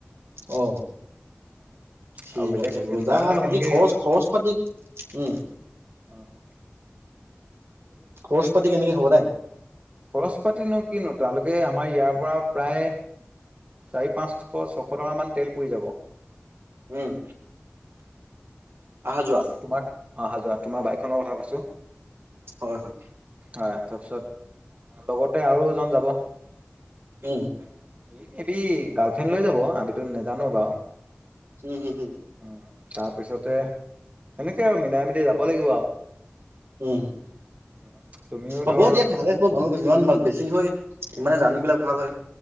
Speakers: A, on the right; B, on the right.
A: অ'।
B: <unintelligible>
A: ঠিক
B: বেলেগ
A: আছে। বজাৰ
B: যাক তাক
A: বুলি বাকী'
B: এনেকে
A: খৰচ-খৰচ পাতি, উঁম।
B: অঁ', -অঁ',।
A: খৰচ পাতি কেনেকে হ'ব দাই?
B: খৰচ পাতি নো কিনো তালৈকে আমাৰ ইয়াৰ পৰা প্ৰায়- চাৰি, পাঁচশ, ছশ টকামান তেল পুৰা হৈ যাব।
A: উমঁ, আহা যোৱা।
B: তোমাক অহা যোৱা, তোমাক বাইকখনৰ কথা কৈছো।
A: হয়-হয়।
B: হয়, তাৰপিছত লগতে আৰু এজন যাব।
A: উমঁ।
B: সিহঁতে গাৰ্লফ্ৰেণ্ড লৈ যাব, আমিতো নাজানো বাৰু।
A: উম-উম।
B: উম, তাৰপিছতে এনেকৈ আৰু মিলাই মিলি যাব লাগিব আৰু।
A: উমঁ,
B: উম, তুমিও
A: হ'ব
B: ধৰ
A: দিয়ক ভালে হ'ব। মানুহ যিমান বেছি হয় ইমানে জাৰ্নি বিলাক ভাল
B: অ',
A: হয়